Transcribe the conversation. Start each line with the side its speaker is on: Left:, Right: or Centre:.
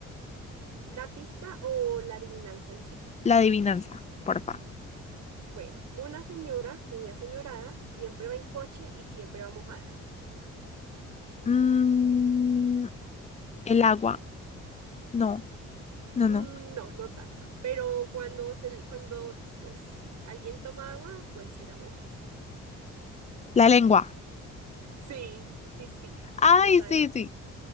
Right: ¿La pista o la adivinanza en sí?
Left: La adivinanza, porfa.
Right: Bueno, una señora muy aseñorada siempre va en coche y siempre va mojada.
Left: Mm, el agua. No, no,
Right: Mm,
Left: no.
Right: no, no tanto. Pero cuando se, cuando pues alguien toma agua, pues sí la moja.
Left: La lengua.
Right: Sí, sí, sí.
Left: Ay,
Right: Esa
Left: sí,
Right: era.
Left: sí.